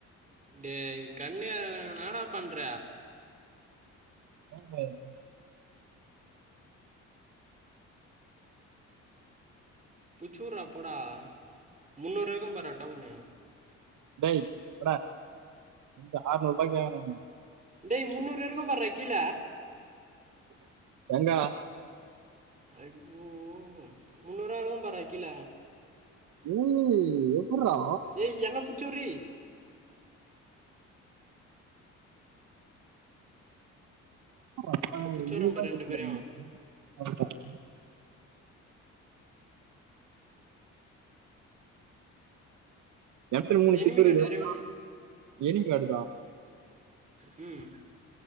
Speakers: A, on the right (about 25°); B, on the right (about 75°).
A: டே கண்ணு எடுடானா இன்னாடா பண்ற
B: <unintelligible>
A: புச்சூறா போடா முன்நூறு இருக்குபார்ரா டோக்கணு
B: டேய் போடா இது ஆர்நூற்பாக்கி வாங்கீன் வந்து
A: டேய் முன்னூறு இருக்குபார்ரா கீழ
B: எங்கா
A: ஐய்யோ முன்னூறுவா இருக்குபார்ரா கீழ
B: ஓய் எப்புற்றா
A: ஏய் என்ன புச்சுர்ரி
B: அப்பா
A: இப்போ பிடிச்சோரம்ப
B: நூறுபாக்கு
A: ரெண்டு
B: எப்டின
A: பேரையும்
B: வாங்கிருப்பாரு வாழபழமா எகிட்ட மூணு
A: எனிமி
B: சிப்பிருக்குது
A: காட்டுதுரே ஒன்று
B: எனிமி காட்டுதா
A: ம்